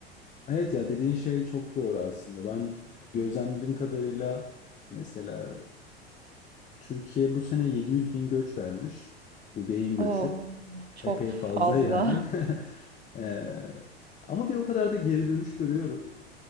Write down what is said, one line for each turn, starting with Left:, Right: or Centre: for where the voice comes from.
Left: Evet ya dediğin şey çok doğru aslında. Ben gözlemlediğim kadarıyla mesela Türkiye bu sene 700 bin göç vermiş. Bu beyin göçü.
Right: Oo, çok
Left: Epey
Right: fazla.
Left: fazla yani. <laughs> Ee, ama bir o kadar da geri dönüş görüyorum.